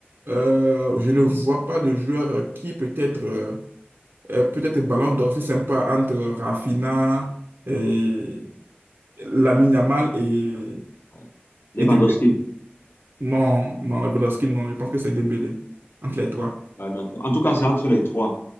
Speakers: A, on the right; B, on the left.
A: euh, je ne vois pas de joueur qui peut-être euh, euh, peut-être ballon d'or, c'est sympa entre Rafinha et Lamine Yamal et,
B: Ouais. Lewandowski.
A: et Dembélé. Non, non, Lewandowski, non, je pense que c'est Dembélé, entre les trois.
B: Ah, d'accord. En tout cas, c'est entre les trois.